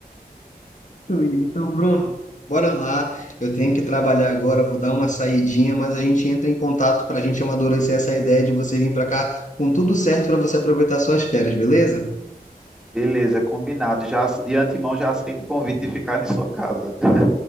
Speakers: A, on the left; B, in the centre.
A: Muito bem. Então, Bruno, bora lá. Eu tenho que trabalhar agora, vou dar uma saidinha, mas a gente entra em contato para a gente amadurecer essa ideia de você vir para cá com tudo certo para você aproveitar suas férias, beleza?
B: Beleza, combinado. Já de antemão já aceito o convite de ficar em sua casa. <laughs>